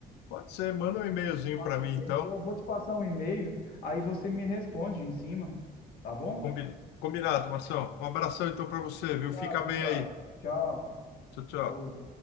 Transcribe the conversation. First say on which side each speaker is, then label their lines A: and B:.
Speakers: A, on the left; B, on the left.
A: Pode ser, manda um e-mailzinho
B: Te passo
A: para mim,
B: um e-mail,
A: então.
B: Eu vou te passar um e-mail, aí você me responde em cima, tá bom?
A: Combi- Combinado, Marção. Um abração, então, para você,
B: Obrigado,
A: viu? Fica bem
B: Ricardo.
A: aí.
B: Tchau.
A: Tchau, tchau.
B: Falou.